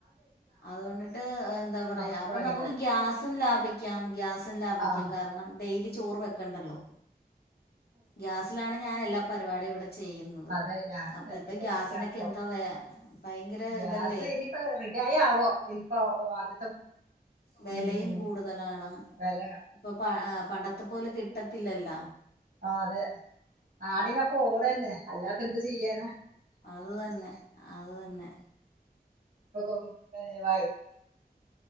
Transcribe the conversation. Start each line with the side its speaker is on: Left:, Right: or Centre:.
Left: അതുകൊണ്ടിട്ട് എന്താ പറയാ
Right: അപ്പോഴങ്ങെ
Left: അപ്പൊ നമുക്ക്
Right: തന്നെ
Left: ഗ്യാസും ലാഭിക്കാം ഗ്യാസും ലാഭ
Right: ആഹ്
Left: രണം ഡെയിലി ചോറ് വെക്കണ്ടല്ലോ ഗ്യാസിലാണ് ഞാൻ എല്ലാ പരിപാടിയും ഇവിടെ ചെയ്യുന്നത്
Right: അതെ ഞാനും
Left: അപ്പൊ
Right: തന്നെ
Left: ഇപ്പ
Right: ഗ്യാസിലാണിപ്പോ
Left: ഗ്യാസിനൊക്കെ എന്താ വേ ഭയങ്കര
Right: ഗ്യാസ്
Left: ഇതല്ലേ
Right: ഇനിയിപ്പോ റെഡി ആായി ആവോ ഇപ്പോ ആദ്യത്തെ
Left: വെലയും
Right: ഉം
Left: കൂടുതലാണ്
Right: വില
Left: ഇപ്പൊ പണ്ടത്തെ പോലെ കിട്ടത്തില്ലല്ല
Right: ആ അതെ നാടിനപ്പ ഓടന്നെ അല്ലാപ്പൊ ന്തു ചെയ്യാന
Left: അത് തന്നെ അത് തന്നെ
Right: സഖം വ വായി <unintelligible>